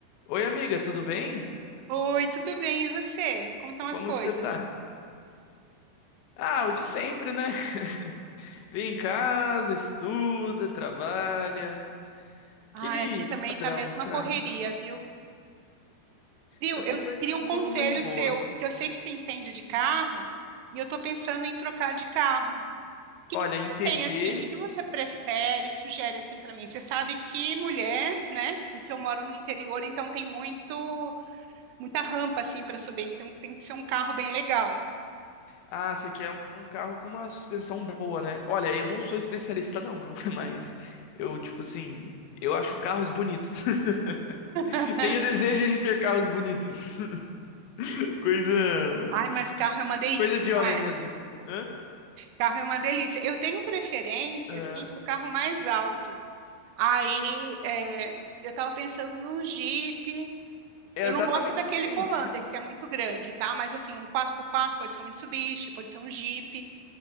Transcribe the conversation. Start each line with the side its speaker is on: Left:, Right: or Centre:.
Left: Oi, amiga, tudo bem?
Right: Oi, tudo bem? E você? Como estão as
Left: Como
Right: coisas?
Left: que você tá? Ah, o de sempre, né? <laughs> Vem em casa, estuda, trabalha.
Right: Ah,
Left: Aquele
Right: aqui também
Left: padrão,
Right: tá a mesma
Left: sabe?
Right: correria, viu? Viu?
Left: Até
Right: Eu
Left: que hoje
Right: queria
Left: tá
Right: um
Left: um
Right: conselho
Left: pouco mais de boa.
Right: seu, porque eu sei que você entende de carro e eu tô pensando em trocar de carro. O que
Left: Olha,
Right: que
Left: entender.
Right: você tem assim? O que que você prefere, sugere assim para mim? Você sabe que mulher, né? E que eu moro no interior, então tem muito muita rampa assim para subir, então tem que ser um carro bem legal.
Left: Ah, você quer um um carro com uma suspensão boa, né? Olha, eu não sou especialista, não, viu? <laughs> Mas eu, tipo assim, eu acho carros bonitos. <laughs>
Right: <laughs>
Left: Tenho desejo de ter carros bonitos. <laughs> Coisa.
Right: Ai, mas carro é uma delícia,
Left: Coisa de
Right: não
Left: homem
Right: é?
Left: mesmo. Hã?
Right: Carro é uma delícia. Eu tenho preferência,
Left: Aham.
Right: assim, para o carro mais alto. Aí é, eu estava pensando num Jeep.
Left: É
Right: Eu
Left: exatamente
Right: não gosto daquele
Left: o que eu tenho.
Right: Commander, que é muito grande, tá? Mas assim, um quatro por quatro pode ser um Mitsubishi, pode ser um Jeep.